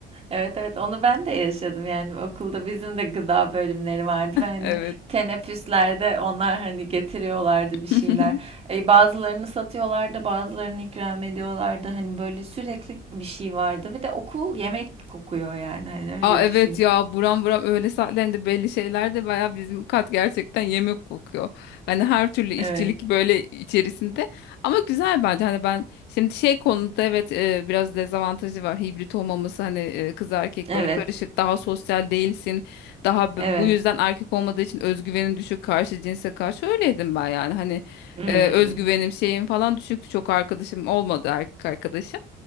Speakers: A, on the right (about 35°); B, on the left (about 80°).
A: Evet evet onu ben de yaşadım yani okulda bizim de gıda bölümleri vardı ve hani
B: Evet.
A: teneffüslerde onlar hani getiriyorlardı bir şeyler.
B: <laughs>
A: E, bazılarını satıyorlardı bazılarını ikram ediyorlardı hani böyle sürekli bir şey vardı ve de okul yemek kokuyor yani hani öyle
B: Aa evet
A: düşün.
B: ya buram buram öğle saatlerinde belli şeyler de baya bizim kat gerçekten yemek kokuyor. Hani her türlü işçilik
A: Evet
B: böyle içerisinde ama güzel bence hani ben şimdi şey konuda evet e, biraz dezavantajı var hibrit olmaması hani e, kız erkek
A: evet
B: böyle karışık daha sosyal değilsin daha b-
A: evet.
B: bu yüzden erkek olmadığı için özgüvenin düşük karşı cinse karşı öyleydim ben yani hani
A: Hmm.
B: e, özgüvenim şeyim falan düşüktü çok arkadaşım olmadı erkek arkadaşım.